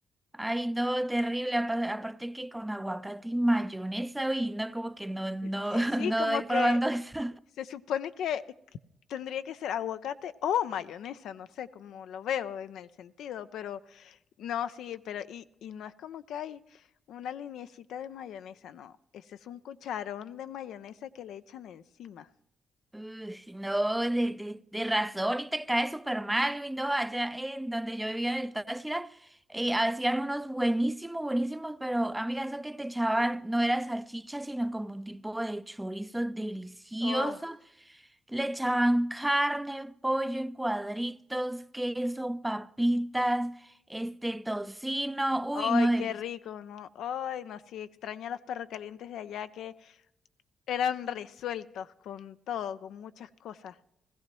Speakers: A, in the centre; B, on the left.
A: ay, no, terrible. apa- Aparte que con aguacate y mayonesa, uy, no, como que no, no,
B: Eh,
A: <laughs>
B: Sí,
A: no
B: como
A: doy
B: que
A: probando eso.
B: se supone que tendría que ser aguacate o mayonesa, no sé cómo lo veo en el sentido, pero No, sí, pero y y no es como que hay una liniecita de mayonesa, no, ese es un cucharón de mayonesa que le echan encima.
A: Uy, no, de, de, de razón y te cae súper mal, Luis, no, allá en donde yo vivía en el Táchira, eh, hacían unos buenísimos, buenísimos, pero amiga, eso que te echaban no era salchicha, sino como un tipo de chorizo delicioso,
B: Oh,
A: le echaban carne, pollo en cuadritos, queso, papitas, este tocino, uy,
B: ay,
A: no, deli-
B: qué rico, ¿no? Ay, no, sí, extraño a los perrocalientes de allá que eran resueltos con todo, con muchas cosas.